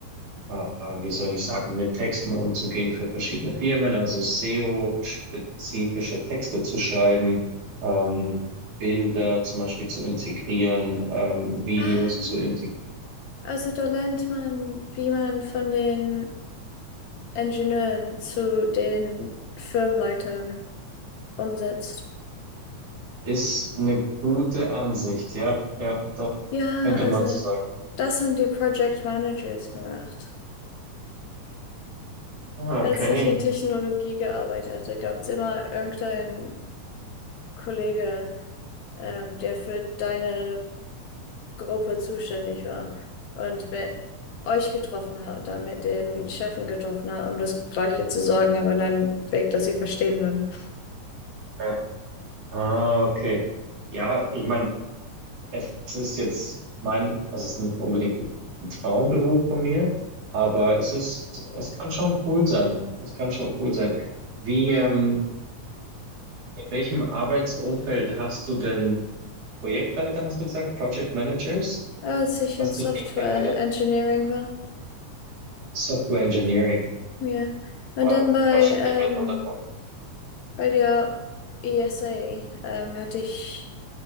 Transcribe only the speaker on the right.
äh, wie soll ich sagen, mit Texten umzugehen für verschiedene Firmen, also SEO-spezifische Texte zu schreiben, ähm, Bilder zum Beispiel zu integrieren, ähm, Videos
zu integrieren.
Ist eine gute Ansicht, ja, ja, doch,
könnte
man so sagen.
Ah,
okay.
Ja. Ah, okay. Ja, ich meine, Es ist jetzt mein, also es ist nicht unbedingt ein Traumberuf von mir, aber es ist, es kann schon cool sein. Es kann schon cool sein. Wie,
ähm, in welchem Arbeitsumfeld hast du denn Projektleiter, hast du gesagt, Project Managers?
Hast
du die kennengelernt?
Software Engineering.
Wa-
Was stelle
ich mir darunter vor?